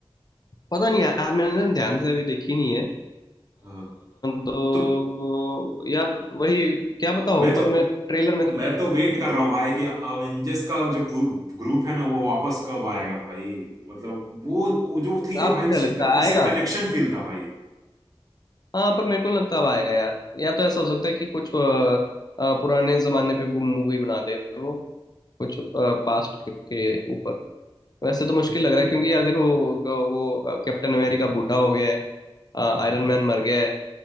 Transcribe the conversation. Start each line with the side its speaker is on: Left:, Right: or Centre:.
Left: पता नहीं यार मैंने ना ध्यान से अभी देखी नहीं है अ,
Right: हाँ हाँ।
Left: तो
Right: तो
Left: यार वही क्या पता हो
Right: मैं तो
Left: पर मैं ट्रेलर में तो
Right: मैं तो वेट कर रहा हूँ भाई कि अवेंजर्स का जो ग्रुप है ना वो वापस कब आएगा भाई मतलब वो वो जो थी ना
Left: आपको
Right: भाई
Left: क्या
Right: उससे
Left: लगता है
Right: उससे
Left: आएगा
Right: कनेक्शन फील था भाई
Left: हाँ पर मेरे को नहीं लगता अब आएगा यार या तो ऐसा हो सकता है कि कुछ अ, अ, पुराने जमाने पे मूवी बना दे वो कुछ पास्ट के, के ऊपर वैसे तो मुश्किल लग रहा है क्योंकि यार देखो वो वो कैप्टन अमेरिका बूढ़ा हो गया है
Right: हम्म
Left: आयरन मैन मर गया है